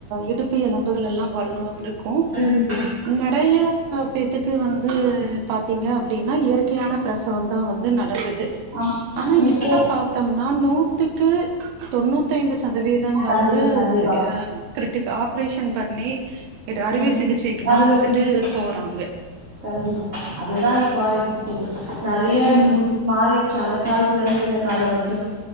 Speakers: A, on the right; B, on the right.
A: இடுப்பு எலும்புகள் எல்லா வலுவா இருக்கு
B: இருந்தது.
A: நெறைய பேத்துக்கு வந்து பாத்தீங்க அப்டின்னா இயற்கையான பிரசவம் சவம் வந்து நடந்து து
B: ஆம்
A: ஆனா
B: இப்போ
A: இப்ப பாத்தம்னா நூத் துக்கு தொண்ணூத் தைந்து சதவீதம்
B: கண்டிப்பா
A: வந்து
B: கண்டிப்பா
A: ஆ கிரிட்டிக் ஆப்ரேஷன் பண்ணி இது அறுவை
B: ம்
A: சிகிச்சைக்கு
B: அறுவ
A: தா வந்துட்டு
B: சிகிச்சை
A: போறாங்க
B: கண்டிப்பா அதுதா இப்போ ஆயிருச்சு பொது நெறைய
A: ம்
B: மாறி அந்த காலத்துலருந்து இந்த காலொ வரைக்கு